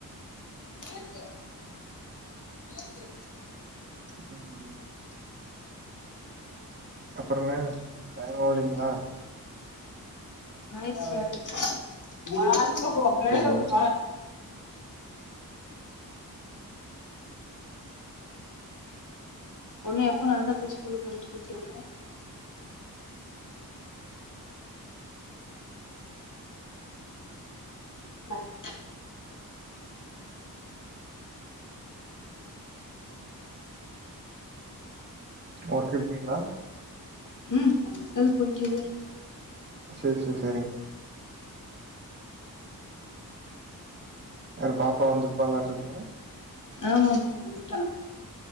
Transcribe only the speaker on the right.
ம் அப்றங்க டைம் ஓடிங்ளா
சேரிங்க
ஒர்க் இருக்கீங்ளா
சேர் சேர் சேரிங்க வற பாப்பா வந்துருப்பாளாட்ருக்குங்க